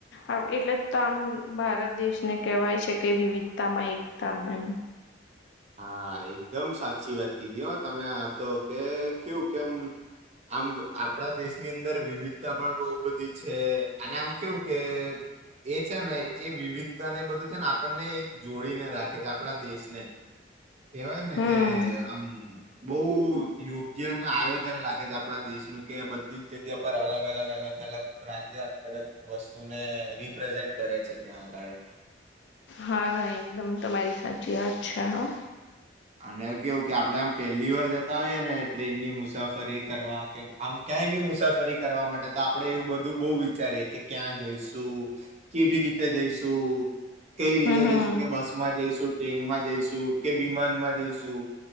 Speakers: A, on the left (about 65°); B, on the right (about 35°).
A: આ એટલે તો આમ ભારત દેશને કહેવાય છે કે વિવિધતા માં એકતા અને
B: <inaudible> હા એકદમ સાચી વાત કીધી હો તમે આ તો કે કેવું કેમ આમ આપણા દેશની અંદર વિવિધતા પણ બહુ બધી છે અને આમ કેવું કે એ છે ને એ વિવિધતા ને એ બધું છે ને આપણને એક જોડીને રાખે છે આપણા દેશને <inaudible> કેવાય ને
A: હમ
B: કે આમ બહુ યોગ્ય ને આયોજન લાગે છે આપડા દેશનું કે બધી જગ્યા પર અલગ અલગ અલગ અલગ રાજ્ય અલગ અલગ વસ્તુને રિપ્રેઝેન્ટ કરે થયે છે ત્યાં આગાડે
A: હા એકદમ તમારી સાચી વાત છે હો
B: અને કેવું કે આપડે આમ પેલી વાર જતા હોઈએ ને ટ્રેન ની મુસાફરી કરવા કે આમ ક્યાંય બી મુસાફરી કરવા માટે તો આપડે એવું બધું બહુ વિચારીએ કે ક્યાં જઈશું કેવી રીતે જઈશું કઈ રીતે
A: હમ હમ
B: જઈશું કે બસમાં જઈશું ટ્રેનમાં જઈશું કે વિમાન માં જઈશું